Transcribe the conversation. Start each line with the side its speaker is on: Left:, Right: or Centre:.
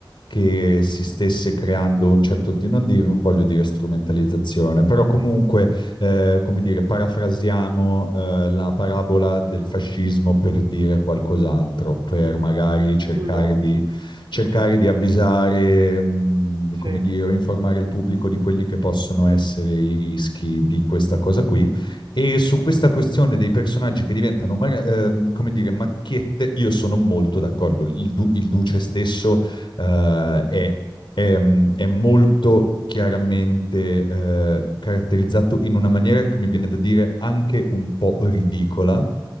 Left: che si stesse creando un certo tipo, non, di- non voglio dire strumentalizzazione, però comunque, eh, come dire, parafrasiamo eh, la parabola del fascismo per dire qualcos'altro, per magari cercare
Right: sull'oggi.
Left: di, cercare di avvisare, mh,
Right: Sì,
Left: come dire, o informare il pubblico di quelli che possono
Right: sì,
Left: essere i rischi di questa cosa qui. E su questa questione dei personaggi che diventano, mara- ehm, come dire, macchiette, io sono molto d'accordo. Il, du- il duce stesso eh, è, è, è molto chiaramente eh, caratterizzato in una maniera che mi viene da dire anche un po' ridicola,